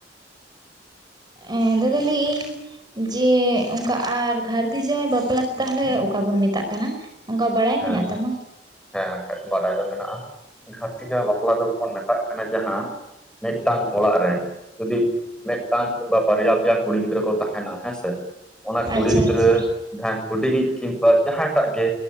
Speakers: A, on the right; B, in the centre.
A: ᱦᱮᱸ ᱞᱟᱹᱭᱫᱟ ᱞᱤᱧᱼᱼ ᱡᱮ ᱚᱱᱠᱟ ᱟᱨ ᱜᱷᱟᱨᱫᱤ ᱡᱟᱶᱟᱭ ᱵᱟᱯᱞᱟᱛᱮ ᱛᱟᱦᱚᱞᱮ ᱚᱠᱟ ᱵᱚᱱ ᱢᱮᱛᱟᱜ ᱠᱟᱱᱟ? ᱚᱱᱠᱟ ᱵᱟᱲᱟᱭ
B: ᱦᱮᱸ
A: ᱢᱮᱱᱟᱜ ᱛᱟᱢᱟ?
B: ᱦᱮᱸ ᱠᱷᱟᱡ ᱵᱟᱰᱟᱭ ᱫᱚ ᱢᱮᱱᱟᱜᱼᱟ, ᱜᱷᱟᱨᱫᱤ ᱡᱟᱶᱟᱭ ᱵᱟᱯᱞᱟ ᱫᱚᱵᱚᱱ ᱢᱮᱛᱟᱜ ᱠᱟᱱᱟ ᱡᱟᱦᱟᱸᱼᱼ ᱢᱤᱫᱴᱟᱝ ᱚᱲᱟᱜ ᱨᱮ, ᱡᱩᱫᱤᱼᱼ ᱢᱤᱫᱴᱟᱝ ᱠᱤᱝᱵᱟ ᱵᱟᱨᱭᱟ ᱯᱮᱭᱟ ᱠᱩᱲᱤ ᱜᱤᱫᱽᱨᱟᱹ ᱠᱚ ᱛᱟᱦᱮᱱᱟ ᱦᱮᱸᱥᱮ ᱚᱱᱟ ᱠᱩᱲᱤ
A: ᱟᱪᱪᱷᱟ
B: ᱜᱤᱫᱽᱨᱟᱹᱼᱼ
A: ᱟᱪᱪᱷᱟ
B: <unintelligible> ᱦᱩᱰᱤᱧᱤᱡ ᱠᱤᱢᱵᱟ ᱡᱟᱦᱟᱸᱭᱴᱟᱜ ᱜᱮ,